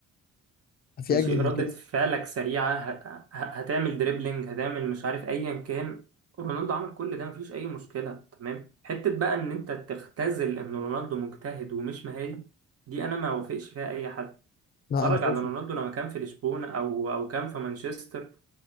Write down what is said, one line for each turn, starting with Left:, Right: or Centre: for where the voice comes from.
Left: في
Right: ماشي
Left: اجمد
Right: ردة
Left: من كده
Right: فعلك سريعة ه- ه- هتعمل دريبلينج هتعمل مش عارف أيا كان رونالدو عمل كل ده مفيش أي مشكلة تمام حتة بقى إن أنت تختزل إن رونالدو مجتهد ومش مهاري دي أنا ما وافقش فيها أي حد
Left: لا
Right: اتفرج
Left: انا شايف
Right: على رونالدو لما كان في لشبونة أو أو كان في مانشستر